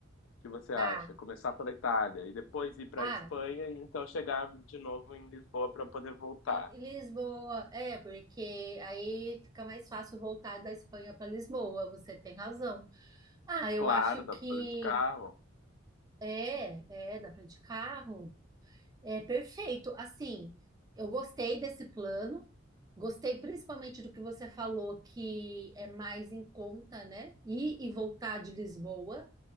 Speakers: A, on the left; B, on the right.
A: que você
B: Tá.
A: acha? Começar pela Itália e depois ir para
B: Ah,
A: Espanha e então chegar de novo em Lisboa para poder voltar.
B: e- e Lisboa. É, porque aí fica mais fácil voltar da Espanha para Lisboa. Você tem razão. Ah, eu
A: Claro,
B: acho
A: dá
B: que.
A: para fazer de carro.
B: É, é, dá para de carro. É perfeito. Assim, eu gostei desse plano. Gostei principalmente do que você falou, que é mais em conta, né? Ir e voltar de Lisboa,